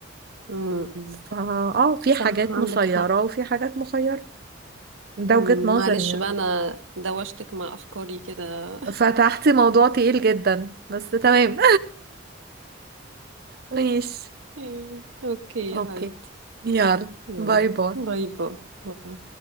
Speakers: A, on the right; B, on the right.
A: مم.
B: ف اه في
A: صح
B: حاجات
A: عندك
B: مسيرة
A: حق
B: وفي حاجات مخيرة ده
A: مم،
B: وجهة نظري
A: معلش
B: يعني
A: بقى انا دوشتك مع افكاري كده
B: فتحتي موضوع تقيل جدا بس تمام ماشي
A: إيه، اوكي يا
B: اوكي
A: حبيبتي
B: يلا
A: يلا
B: باي باي
A: باي باي باي.